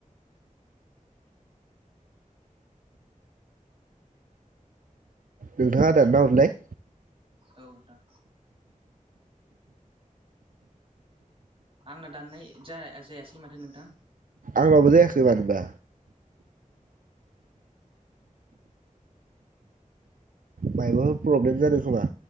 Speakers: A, on the right; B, on the right.
A: नोंथाङा दानना हरलाय।
B: औ नोंथां। आंना दाननाय जाया-जायासै माथो नोंथां।
A: आंनाबो जायाखै मानोबा। मायबा प्रब्लेम जादों खोमा।